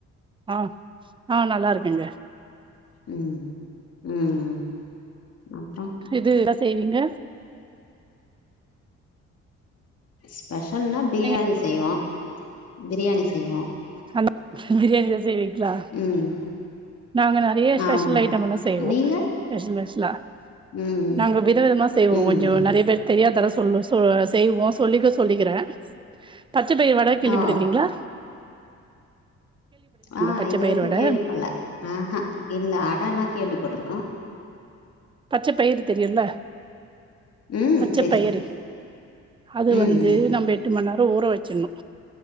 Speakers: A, on the right (about 15°); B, on the left (about 55°).
A: ஆ அ நல்லா இருக்கங்க
B: ம் ம் அப்றோ
A: இது என்ன செய்வீங்க
B: ஸ்பெஷல்னா பிரியாணி
A: நீங்க
B: செய்வோ பிரியாணி செய்வோ
A: அ பிரியாணி தா செய்விங்க லா
B: ம்
A: நாங்க நறைய ஸ்பெஷல்
B: ஆமா
A: ஐட்டம் எல்லா செய்வோ
B: நீங்க
A: ஸ்பெஷல் ஸ்பெஷலா
B: ம்
A: நாங்க வித விதமா செய்வோ
B: ம்
A: கொஞ்சோ நறைய பேர் தெரியாதர சொல்ல ஆ செய்வோ சொல்லிக்க சொல்லிக்கற பச்ச பயிர் வட கேள்விபட்றீக்கிங்ளா
B: ஓ ஆ
A: பச்ச
B: இது
A: பயிர்
B: வரைக்கு
A: வட
B: கேள்விபடல ஆ அ இந்த அடனா கேள்வி பட்ருக்க
A: பச்ச பயிறு தெரியும்ல
B: ம்
A: பச்ச
B: தெரியு
A: பயிறு அது
B: ம்
A: வந்து
B: ம்
A: நம்ம எட்டு மண நேரோ ஊற வச்சிடணு